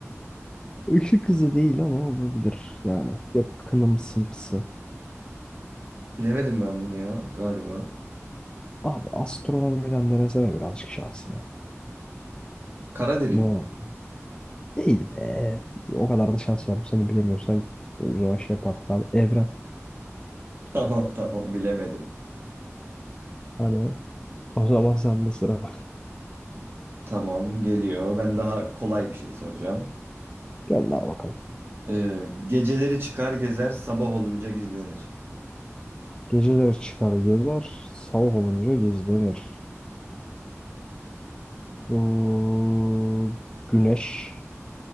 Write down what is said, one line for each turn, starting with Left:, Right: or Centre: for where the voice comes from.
Left: Işık hızı değil ama olabilir. Yani yakınımsımsı.
Right: Bilemedim ben bunu ya galiba.
Left: Abi astronomiden denesene birazcık şansına.
Right: Kara delik
Left: Ne
Right: mi?
Left: olabilir? Değil be. O kadar da şans verdim. Sen de bilemiyorsan o zaman şey yapardık abi. Evren.
Right: <laughs> Tamam tamam bilemedim.
Left: Hani o zaman sende sıra. <laughs>
Right: Tamam geliyor. Ben daha kolay bir şey soracağım.
Left: Gönder bakalım.
Right: Ee, geceleri çıkar gezer, sabah olunca gizlenir.
Left: Geceleri çıkar gezer. Sabah olunca gizlenir. Bu güneş.